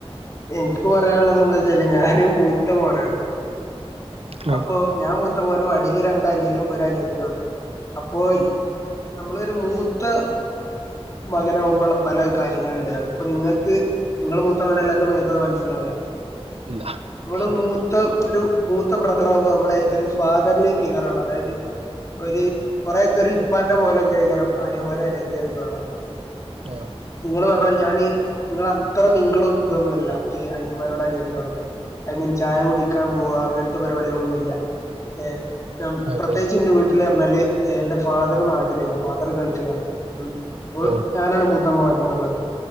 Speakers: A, on the left (about 30°); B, on the right (about 70°).
A: എനിക്ക് പറയാനുള്ളത് എന്താച്ചല് ഞാന് മൂത്ത മോനാണ്.
B: ആഹ്
A: അപ്പോ ഞാൻ മൂത്തമോനും അടിയില് രണ്ടനിയനും ഒരനിയത്തിയുംആണ് അപ്പോ.
B: ആഹ്
A: നമ്മളൊരു മൂത്ത മകനാകുമ്പള്ള പല കാര്യങ്ങളുണ്ട് അതിപ്പോ ഇങ്ങക്ക്. ഇങ്ങള് മൂത്ത മകനെല്ലാത്ത തൊണ്ട് നിങ്ങൾക്ക്ത് മനസ്സിലാവില്ല
B: ഇല്ല
A: നിങ്ങള്
B: അതെ
A: മൂത്ത ഒരു മൂത്ത ബ്രദറാവുമ്പോ നമ്മളെ ഒരു ഫാദറിന് ഫിഗറാണ് അതായത്. ഒരു കൊറെക്കെരു ഇപ്പാന്റെ പോലെക്കൈകാരം അനിയൻ മാരും അനിയതേളും വ
B: ആഹ്
A: ഇങ്ങള് പറഞ്ഞരി ഞാന് ഇങ്ങള. ഇത്രരം നിങ്കളും ഇതൊന്നുഅല്ല ഈ അനിയന്മാരോടും അനിയത്തിനോടൊക്കെ. ഐ മീൻ ചായ കുടിക്കാൻ പോവാ അങ്ങനത്തെ പരിപാടികളൊന്നു ഇല്ല ഏഹ്. ഞാമ്
B: അതെ
A: പ്രത്യേകിച്ച് ഇന്റെ വീട്ടില് അറഞ്ഞാല് എന്റെ ഫാദറ് നാട്ടിലില്ല. ഫാദർ ഗൾഫിലാണ് ഉം
B: ഓ
A: ഞാനാണ് മൂത്ത മോന് എന്നുള്ളത്